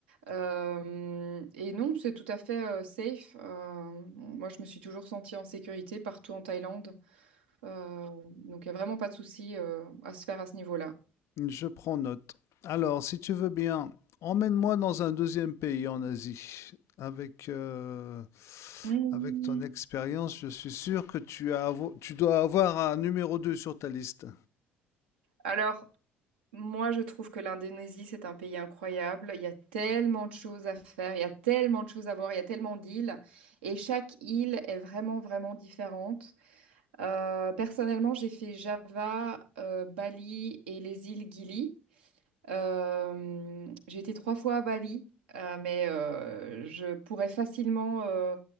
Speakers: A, on the right; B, on the left.
A: Euh, et non, c'est tout à fait euh, safe. Euh, moi, je me suis toujours sentie en sécurité partout en Thaïlande. Euh, donc, il n'y a vraiment pas de souci euh, à se faire à ce niveau-là.
B: Je prends note. Alors, si tu veux bien, emmène-moi dans un deuxième pays en Asie. Avec, euh,
A: Mmh.
B: avec ton expérience, je suis sûr que tu as avo- tu dois avoir un numéro 2 sur ta liste.
A: Alors, Moi, je trouve que l'Indonésie, c'est un pays incroyable. Il y a tellement de choses à faire, il y a tellement de choses à voir, il y a tellement d'îles. Et chaque île est vraiment, vraiment différente. Euh, personnellement, j'ai fait Java, euh, Bali et les îles Gili. Euh, j'ai été trois fois à Bali, euh, mais euh, je pourrais facilement euh,